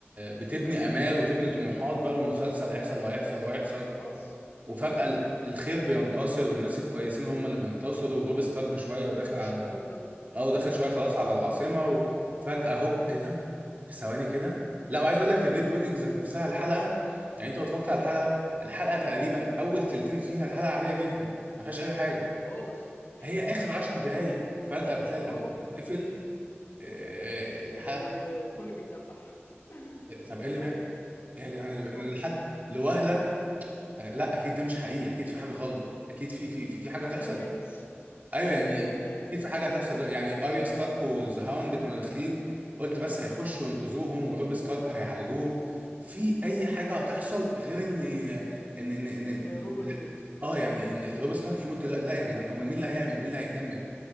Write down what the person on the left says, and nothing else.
خلاص
ايوه ايوه
مفيش
الكلام ده
بالظبط
خالص مفيش
في
اي حاجه
اه
و- و- وكل بيتدبح <laughs>
في
ده
في
بالظبط
فين ميكس
ايوه ايوه
ان روبو
يموت